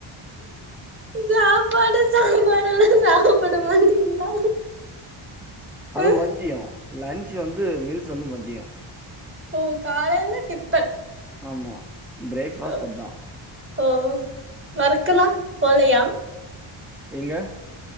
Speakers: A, on the right; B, in the centre.
A: சாப்பாடு சாம்பார் எல்லா சாப்பட மாட்டீங்களா
B: அது
A: ஆ
B: மத்தியோ லன்ச் வந்து மீல்ஸ் வந்து மத்தியோ
A: ஓ காலைல டிப்பன்
B: ஆமா பிரேக்ஃபாஸ்ட்
A: ஓ
B: அதா
A: ஓ ஒர்க்கலா போலயா
B: எங்க